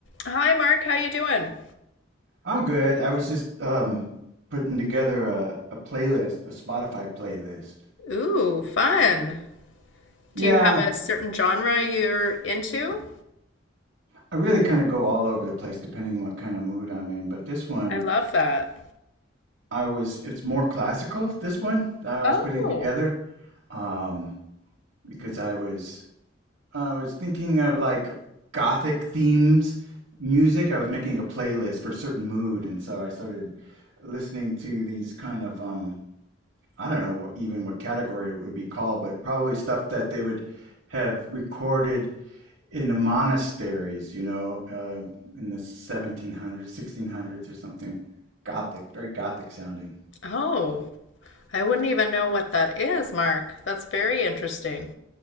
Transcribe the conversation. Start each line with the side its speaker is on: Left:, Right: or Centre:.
Left: Hi Mark, how you doing?
Right: I'm good. I was just um putting together a, a playlist, a Spotify playlist.
Left: Ooh, fun.
Right: Yeah,
Left: Do you have a certain genre you're into?
Right: I really kind of go all over the place depending on what kind of mood I'm in, but this one
Left: I love that.
Right: I was it's more classical, this one that I
Left: Oh.
Right: was putting together um because I was I was thinking of like gothic themes music. I was making a playlist for a certain mood and so I started listening to these kind of um I don't know even what category it would be called, but probably stuff that they would have recorded in the monasteries, you know, uh, in the 1700s, 1600s or something. Gothic, very Gothic sounding.
Left: Oh. I wouldn't even know what that is, Mark. That's very interesting.